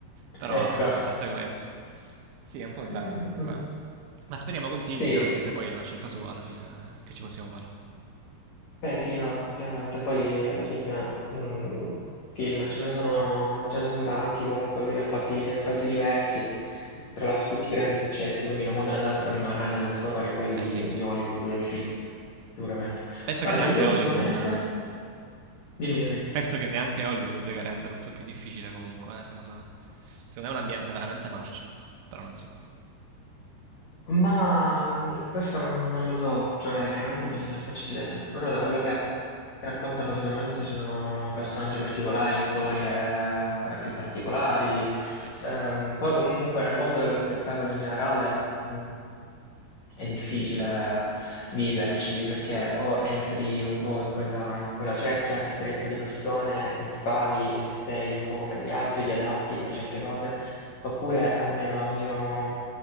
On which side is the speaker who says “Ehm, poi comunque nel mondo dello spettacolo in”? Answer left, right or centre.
Left